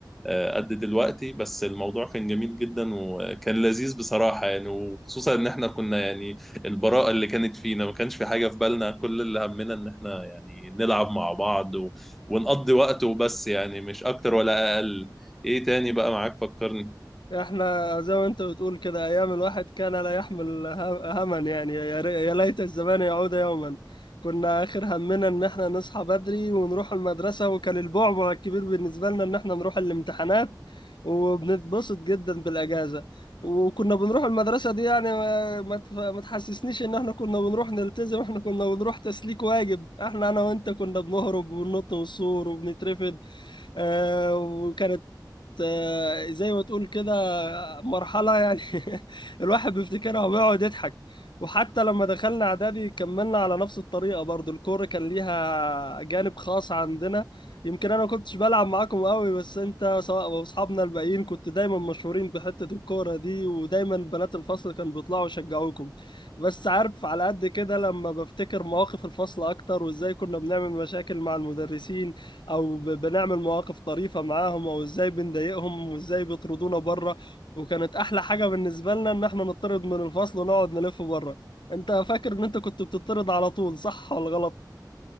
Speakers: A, in the centre; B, on the left.
A: آه، قد دلوقتي بس الموضوع كان جميل جدا وكان لذيذ بصراحة يعني وخصوصا ان احنا كنا يعني البراءة اللي كانت فينا ما كانش في حاجة في بالنا كل اللي همنا ان احنا يعني نلعب مع بعض و... ونقضي وقت وبس يعني مش اكتر ولا اقل ايه تاني بقى معاك فكرني
B: احنا زي ما انت بتقول كده ايام الواحد كان لا يحمل ه- هما يعني يا ري- يا ليت الزمان يعود يوما كنا اخر همنا ان احنا نصحى بدري ونروح المدرسة وكان البعبع الكبير بالنسبة لنا ان احنا نروح الامتحانات وبنتبسط جدا بالاجازة وكنا بنروح المدرسة دي يعني ما ما تف- ما تحسسنيش ان احنا كنا بنروح نلتزم احنا كنا بنروح تسليك واجب احنا انا وانت كنا بنهرب وننط من السور وبنترفد آه، وكانت آه، زي ما تقول كده مرحلة يعني <laughs> الواحد بيفتكرها وبيقعد يضحك وحتى لما دخلنا إعدادي كملنا على نفس الطريقة برضو الكورة كان ليها جانب خاص عندنا يمكن أنا ما كنتش بلعب معاكم قوي بس أنت سواء وأصحابنا الباقيين كنت دايما مشهورين بحتة الكورة دي ودايما بنات الفصل كانوا بيطلعوا يشجعوكم بس عارف على قد كده لما بفتكر مواقف الفصل أكتر وإزاي كنا بنعمل مشاكل مع المدرسين او ب- بنعمل مواقف طريفه معاهم او ازاي بنضايقهم وازاي بيطردونا بره وكانت احلى حاجه بالنسبه لنا ان احنا نطرد من الفصل ونقعد نلف بره انت فاكر ان انت كنت بتطرد على طول صح ولا غلط